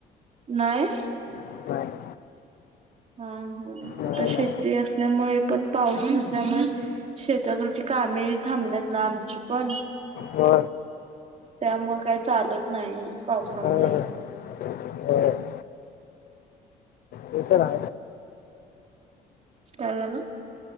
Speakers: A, on the right; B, on the left.
A: नाहीय
B: नाही
A: हा हा
B: नाही
A: आता शेती
B: नाही
A: असल्यामुळे पण पाऊस नसल्यामुळे शेेतकडची कामे थांबल्यात ना आमची पण
B: हो
A: त्यामुळे काही चालत नाही पावसामुळे
B: बरं बरं. ते तर ना
A: राजला